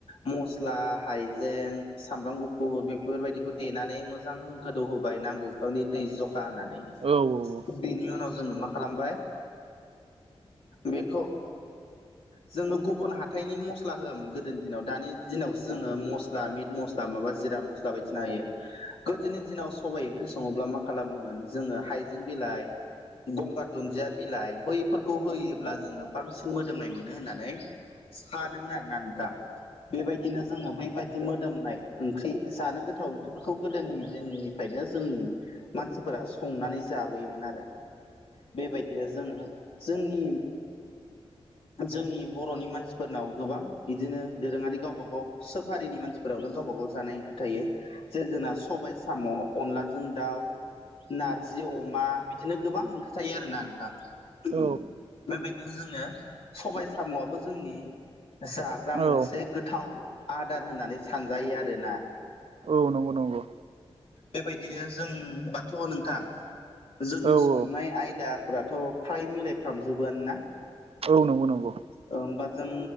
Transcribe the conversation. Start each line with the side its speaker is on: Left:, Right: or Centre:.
Left: मस्ला, हाइजे, ं सामब्राम गु फुर बेफोरबायदिखौ देनानै मोजां गोदौ होबाय नांगौ बिफांनि दै जखा होनानै।
Right: औ औ।
Left: बेनि उनाव जोङो मा खालामबाय बेखौ जोङो गुबुन हाथायनि मस्ला होआमोन गोदोनि दिनाव दानि दिनावसो जोङो मस्ला मिट मस्ला माबा जिरा मस्ला बायदिसिना होयो। गोदोनि दिनाव सबाइ ओंख्रि सङोब्ला मा खालामोमोन जोङो हाइजें बिलाइ, गंगार दुन्दिया बिलाइ बैफोरखौ होयोब्ला जोङो बांसिन मोदोमनाय मोनो होनना नै सानोमोन आरोना नोंथां। ‌ बेबाय दिनो जोङो बैबायदि मोदोमनाय ओंख्रि जानो गोथाव ओंख्रिफोरखौ गोदोनि दिननिफ्रायनो जोंनि मानसिफोरा संनानै जाबोयोमोन आरो। बेबायदिनो जोङो जोंनि जोंनि बर'नि मानसिफोरनाव गोबां बिदिनो दोरोङारि गावबा गाव सोब हारिनि मानसिफोरावनो गावबा गाव जानाय ओंख्रि थायो। जे जोंना सबाइ साम', अनलाजों दाउ, नार्जि अमा बिदिनो गोबां ओंख्रि थायो आरोना नोंथां।
Right: औ
Left: बेबायदिनो जोङो सबाय साम'आबो जोंनि जाग्रा मोनसे
Right: औ औ
Left: गोथाव आदार होननानै सानजायो आरोना।
Right: औ नंगौ नंगौ।
Left: बेबायदिनो जों बाथ' नोंथां जोंनि
Right: औ
Left: सं
Right: औ
Left: नाय आयदाफोराथ' फ्राय मिलायफ्रामजोबोआनोना?
Right: औ नंगौ नंगौ।
Left: ओ होमबा जों